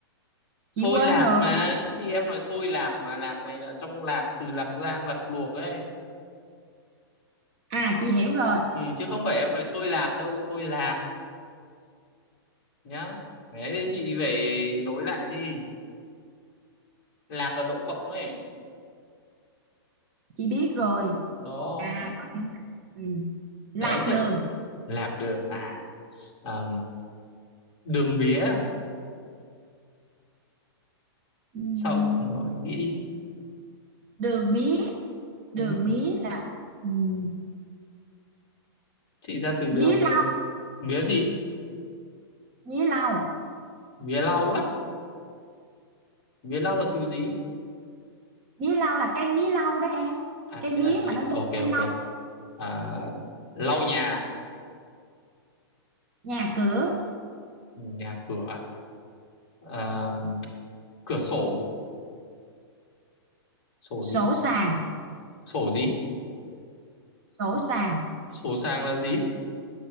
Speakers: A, on the left; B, on the right.
A: xôi
B: chị quên
A: lạc
B: rồi
A: mà thì em nói xôi lạc mà lạc này là trong lạc từ Lạc Giang Lạc Luộc ấy
B: à chị hiểu rồi
A: ừ, chứ không phải em nói xôi lạc đâu xôi lạc nhá đấy thì chị phải nối lại đi lạc là đậu phộng ấy
B: chị biết rồi
A: đó
B: à có nghĩa là- ừ, lạc
A: đấy chứ
B: đường
A: lạc đường à à, đường mía
B: Ừm,
A: sau rồi nghĩ đi
B: đường mía
A: ừ.
B: đường mía là ừm,
A: chị ra từ đường
B: mía
A: thì em mía gì
B: mía lau
A: mía lau á mía lau là từ gì
B: mía lau là cây mía lau đó em
A: à
B: cây
A: thế
B: mía
A: à chị
B: mà nó giống
A: ok
B: cây
A: ok
B: lau
A: à, lau nhà
B: nhà cửa
A: nhà cửa à? À, cửa sổ sổ
B: sổ
A: gì
B: sàng
A: sổ gì
B: sổ sàng
A: sổ sang là gì